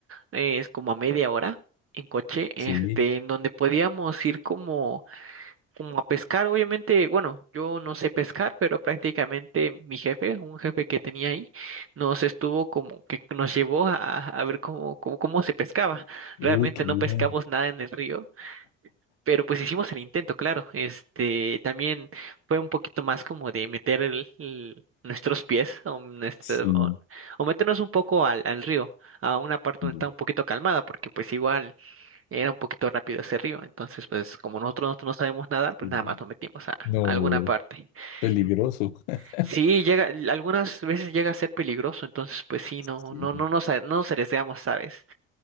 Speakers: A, on the right; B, on the left.
A: eh, es como a media hora en coche, este,
B: Sí.
A: en donde podíamos ir como, como a pescar. Obviamente, bueno, yo no sé pescar, pero prácticamente mi jefe, un jefe que tenía ahí, nos estuvo como que nos llevó a, a ver cómo, cómo, cómo se pescaba.
B: Uy,
A: Realmente
B: qué
A: no
B: bien.
A: pescamos nada en el río Pero pues hicimos el intento, claro. Este también fue un poquito más como de meter el, el- nuestros pies o, nuestro-
B: Sí,
A: o, o meternos un poco al, al río, a una parte
B: sí,
A: donde está un poquito calmada, porque pues igual era un poquito rápido ese río. Entonces, pues como nosotros, nosotros no sabemos nadar, pues
B: sí,
A: nada
B: sí.
A: más nos metimos a, a
B: No,
A: alguna parte.
B: peligroso.
A: En-
B: <laughs>
A: Sí, llega, algunas veces llega a ser peligroso, entonces pues sí, no,
B: Sí,
A: no, no nos, a- no nos arriesgamos, ¿sabes?